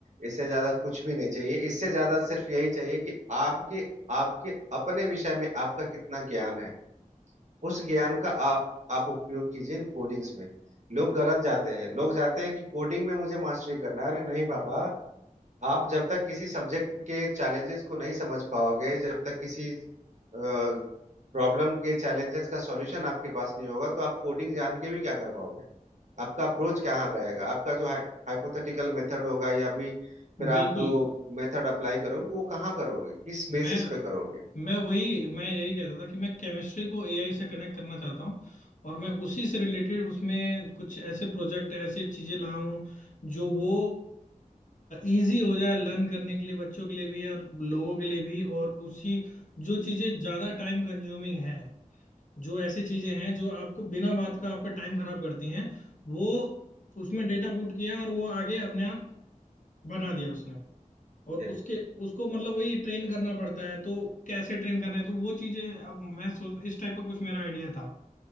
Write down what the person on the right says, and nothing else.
इससे ज्यादा कुछ भी नहीं चाहिए इससे ज्यादा सिर्फ यही चाहिए कि आपके आपके अपने विषय में आपका कितना ज्ञान है उस ज्ञान का आप आप उपयोग कीजिए इन कोडिंग्स में लोग गलत जाते हैं लोग जाते हैं कि कोडिंग में मुझे मास्टरी करना है अरे नहीं बाबा आप जब तक किसी सब्जेक्ट के चैलेंजेस को नहीं समझ पाओगे जब तक किसी प्रॉब्लम के चैलेंजेस का सॉल्यूशन आपके पास नहीं होगा तो आप कोडिंग जान के भी क्या कर पाओगे आपका अप्रोच कहाँ रहेगा आपका जो हाइपोथेटिकल मेथड होगा या भी फिर आप
जो मेथड अप्लाई करोगे वो कहाँ करोगे किस
बेसिस पे करोगे
जी